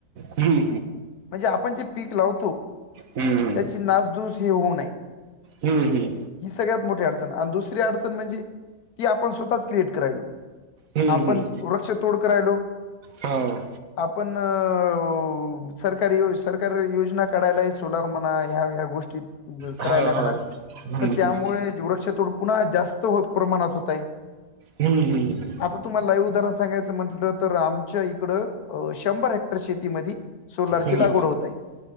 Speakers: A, on the right; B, on the left.
A: हम्म.
B: म्हणजे आपण जे पीक लावतो.
A: हम्म, हम्म.
B: त्याची नासधूस ही होऊ नये.
A: हम्म, हम्म.
B: ही सगळ्यात मोठी अडचण आणि दुसरी अडचण म्हणजे ती आपण स्वतःच क्रिएट करायलो
A: हम्म,
B: आपण
A: हम्म.
B: वृक्ष तोड करायलो.
A: हां,
B: आपण अ ओ ओ सरकारी, सरकार योजना काढायला आहे सोलार म्हणा ह्या ह्या गोष्टीत. करायलाय
A: हां, हां.
B: म्हणा
A: हम्म,
B: तर
A: हम्म.
B: त्यामुळे वृक्षतोड पुन्हा जास्त प्रमाणात होतय.
A: हम्म, हम्म.
B: आता तुम्हाला लाईव्ह उदाहरण सांगायचं म्हटलं तर आमच्या इकडं शंभर हेक्टर शेतीमध्यी सोलारची
A: हम्म.
B: लागवड होत आहे.